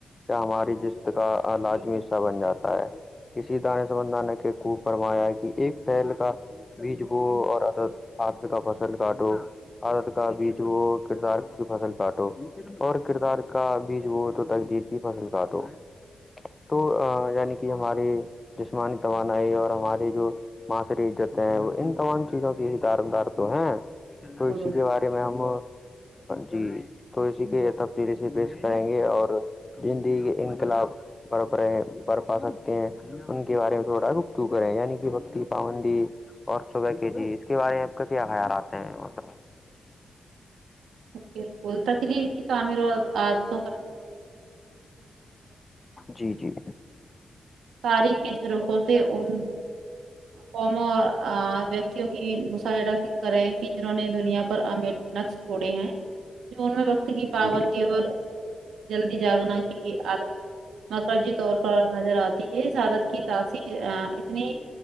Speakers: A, on the left (about 30°); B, on the right (about 90°).
A: ہماری جست کا لازمی حصہ بن جاتا ہے کسی دانے سبندان کے خوب فرمایا کہ ایک پہل کا بیج بو اور ادر آد کا فصل کاٹو عادت کا بیچ وہ کردار کی فصل کاٹو اور کردار کا بیج بو تو تقدیر کی فصل کاٹو تو یعنی کہ ہماری جسمانی توانائی اور ہماری جو ماںشری عزت ہیں وہ ان تمام چیزوں کی ہی دار مدار تو ہیں تو
B: بالکل
A: اسی کے بارے میں ہم جی تو اسی کے تفصیل سے پیش کریں گے اور زندگ کے انقلاب برف رہے برپا سکتے ہیں ان کے بارے میں تھوڑا گفتگو کرے یعنی کہ وقتی پابندی اور صبح کے جی اس کے بارے میں آپ کا کیا خیال آتے ہیں مطلب
B: بلکل تقدیر کی تعمیر اور عادت <inaudible>
A: جی جی
B: <inaudible> قوموں ویکتیوں کی مشاہدہ کرے کہ جنہوں نے دنیا پر محنت چھوڑیں ہیں
A: <inaudible>
B: جون میں وقت کی پابندی
A: جی
B: اور جلدی جاگنا کی آدت مرکزی طور پر نظر آتی ہے سادت کی تاثیر اتنی